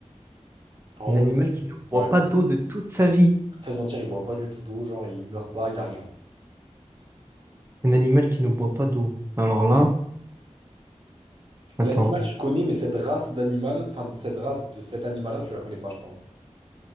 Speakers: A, on the right (about 40°); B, on the right (about 20°).
A: Vraiment,
B: Un animal
A: le-
B: qui ne boit
A: ouais.
B: pas d'eau de toute sa vie.
A: Toute sa vie entière, il boit pas du tout d'eau. Genre, il meurt pas, il a rien.
B: Un animal qui ne boit pas d'eau. Alors là, attends.
A: L'animal, je connais, mais cette race d'animal, enfin, cette race de cet animal-là, tu la connais pas, je pense.